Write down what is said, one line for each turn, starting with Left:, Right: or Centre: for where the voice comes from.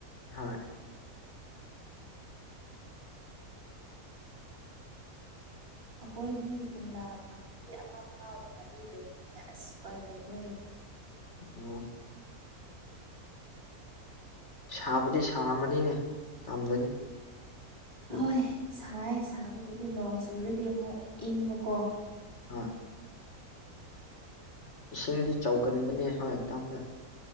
Left: ꯍꯣꯏ
Right: ꯑꯩꯈꯣꯏꯗꯤ ꯀꯣꯝꯂꯥ ꯄꯥꯝꯕꯤ ꯑꯃ ꯐꯥꯎ ꯊꯥꯕꯤꯗꯕꯅꯤꯅ ꯑꯁ ꯎꯄꯥꯏ ꯂꯩꯇ꯭ꯔꯦ
Left: ꯑꯣ ꯁꯥꯕꯨꯗꯤ ꯁꯥꯔꯝꯃꯅꯤꯅꯦ ꯇꯝꯗꯗꯤ
Right: ꯍꯣꯏ ꯁꯥꯏ ꯁꯥꯕꯕꯨꯗꯤ ꯅꯣꯡ ꯆꯨꯔꯗꯤ ꯑꯃꯨꯛ ꯏꯪꯕꯀꯣ
Left: ꯍꯣꯏ ꯏꯁꯤꯡꯗꯤ ꯆꯥꯎꯒꯟꯕꯅꯦ ꯍꯣꯏ ꯇꯝꯗꯣ